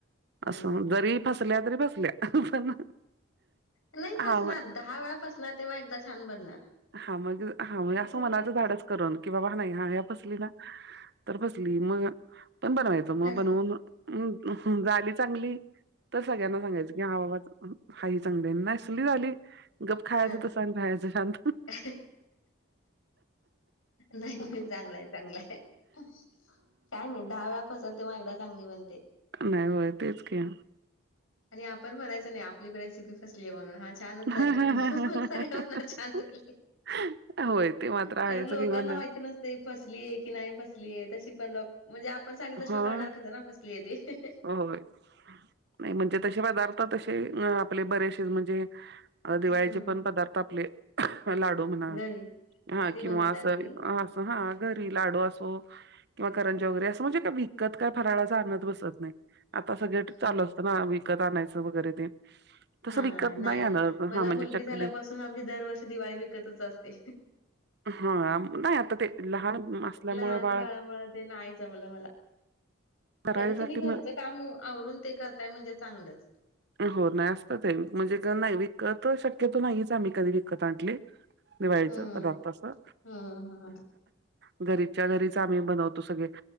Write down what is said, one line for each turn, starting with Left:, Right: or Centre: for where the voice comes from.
Left: हम्म
Right: असं जरी फसल्या तरी फसल्या पण.
Left: नाही
Right: हा
Left: फसणार
Right: म
Left: दहा वेळा फसणार तेव्हा एकदा छान बनणार.
Right: हा मग हा म्हणजे असं
Left: असंच
Right: मनाचं
Left: असतं.
Right: धाडस करुन की बाबा नाही हा या फसली ना तर फसली मग पण बनवायचं मग
Left: खरं
Right: बनवून् झाली चांगली, तर सगळ्यांना सांगायचं की हा बाबा हाई चांगली नसली झाली गप खायचं
Left: हा
Right: तस आणि राहायचं शांत.
Left: <inaudible> नाही चांगलंय चांगलंय. काय नाही दहा वेळा फसल तेव्हा एकदा चांगली बनते.
Right: नाही, होय तेच की.
Left: आणि आपण बनायचं नाही आपली रेसिपी फसली आहे म्हणून हा छानच
Right: होय,
Left: झालीय. मग सगळ म छान झाली,
Right: ते मात्र
Left: कारण
Right: आहेच
Left: लोकांना
Right: किंवा ना
Left: माहिती नसत. फसली आहे की नाही फसलीय तशी पण लो म्हणजे आपण सांगितल्याशिवा
Right: हां,
Left: करणार कसं ना फसली आहे ते.
Right: होय. नाही म्हणजे तसे पदार्थ तसे आपले बरेसे म्हणजे अ दिवाळीचे
Left: हं.
Right: पण पदार्थ आपले लाडू म्हणा,
Left: घरी,
Right: हा
Left: घरी
Right: किंवा
Left: बनवताय
Right: असं
Left: तुम्ही?
Right: हा घरी लाडू असो किंवा करंजा वगैरे अस म्हणजे का विकत काय फराळाच आणत बसत नाही, आता सगळे
Left: अ,
Right: चालू असत ना विकत आणायचं वगैरे ते. तसं
Left: हा
Right: विकत
Left: नाही
Right: आणत
Left: मला
Right: हां, म्हणजे
Left: मुलगी
Right: चकली
Left: झाल्यापासून आमची दरवर्षी दिवाळी विकतच असते.
Right: हा नाही आता ते लहान असल्यामुळ
Left: लहान
Right: बाळ
Left: बाळामुळं ते नाही जमलं मला.
Right: करायसाठी
Left: तरी तुम्ही घरचं काम आवरून ते करताय, म्हणजे चांगलंच.
Right: हो नाही असत ते म्हणजे नाही विकत शक्यतो नाहीच आम्ही कधी विकत आणली. दिवाळीचं
Left: हं.
Right: पदार्थ असं.
Left: हं, हं, हं.
Right: घरीच्या घरीच आम्ही बनवतो सगळे.